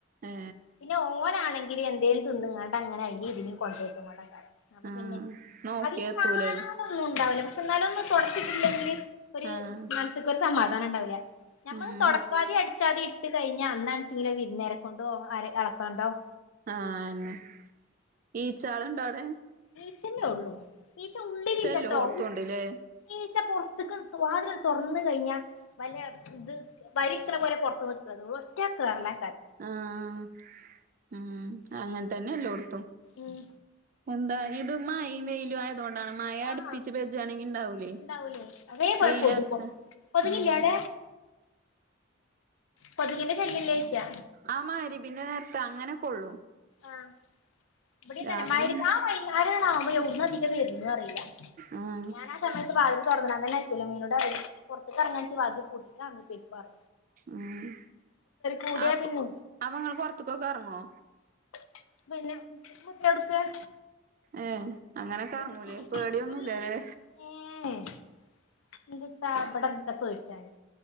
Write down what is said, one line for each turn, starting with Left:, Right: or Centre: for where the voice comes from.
Right: ഏ-
Left: പിന്നെ ഓനാണെങ്കില് എ തിന്ന്കാണ്ട് അങ്ങനെ അയ്ലിം ഇതിലിം കൊണ്ടയ്ടുംകൊണ്ടയ്ക്കാരം- അപ്പൊ
Right: ആഹ്
Left: പിന്നെ
Right: നോക്കിയ
Left: അതിൽ
Right: എത്തൂലല്ലേ
Left: കാണനൊന്നും ഉണ്ടാവില്ല- എന്നാലും ഒന്ന് തൊട്ച്ചിട്ടില്ലെങ്കില്- ഒര്
Right: ആഹ്
Left: മനസ്ക്ക്‌ ഒരു- സമാധാനം ഉണ്ടാവില്ല- ഞമ്മള്
Right: ഉം
Left: തൊടക്കാതിം അടി ക്കാതെ ഇട്ട് കഴിഞ്ഞാ അന്നാണച്ചെങ്കിൽ വിരുന്നേര കൊണ്ടോണം- ആരെ എളക്കാണ്ടം-
Right: ആഹ് ഈച്ച് ചാള്ണ്ടോ അവ്ടെ?
Left: ഈച്ചന്നെ ഒള്ളൂ ഈച്ച ഉള്ളിലില്ലട്ടോ
Right: എല്ലോടത്തും ഉണ്ട്ല്ലേ
Left: ഈച്ച പൊർത്ത്ക് വാതില തൊർന്ന് കഴിഞ്ഞാ വല്ല ത് വരിക്ക്‌ണെ പോലെ പൊർത്ത് നിക്ക്‌ണത് ഒറ്റക്കേറലാ
Right: ആഹ് ഉംഹ് അങ്ങൻത്തന്നെ എല്ലോട്
Left: ഉംഹ്
Right: എന്താ ഇത് മ്മഴിം വെയിൽ റ്റു ആയതോണ്ട് തണ് മഴ അട്പ്പിച്ച്
Left: ആഹ്
Right: പെജ്ജാണെങ്കിണ്ടാവൂലേ.
Left: ഉണ്ടാവൂലേ അതേപോലെ
Right: വെയിലർച്ച
Left: കൊതുകും കൊതുകില്ലേ
Right: ഉംഹ്
Left: അവിടെ കൊതുകിന്റെ ശല്യല്ലേയ്ച്ചാ
Right: ആഹ് മഹ് രിബിന്റെ നേര്ത്ത് അങ്ങനെക്കൊള്ളു.
Left: ആഹ് ഇവിടിം
Right: രാവിലെ
Left: തന്നെ മയ്രിബാ
Right: ഒന്ന്
Left: വൈന്നാരാണാവുമ്പം എവ്ട്ന്നാത് ഇറ്റ വര് അറീല.
Right: ആഹ്
Left: ഞാനാ സമയത്ത് വാതില് തൊർന്ന് ഇന്നലെത്തീല്ല മിനുടറിം പൊർത്ത്ക്കർങ്ങാണ്ങ്കി വാതില് <unintelligible>
Right: ഉംഹ്
Left: കൂടിയാ
Right: അപ്പൊ
Left: പിന്നെ
Right: അപ്പൊങ്ങള് പൊർത്ത്ക്കൊക്കെ എർങ്ങോ
Left: <unintelligible> എന്ത്പേടിച്ചാൻ
Right: ഏഹ് അങ്ങനൊക്കെ
Left: <unintelligible>
Right: എറങ്ങൂലേ പേടിയൊന്നുല്ലല്ലേ
Left: <unintelligible> <unintelligible> <unintelligible>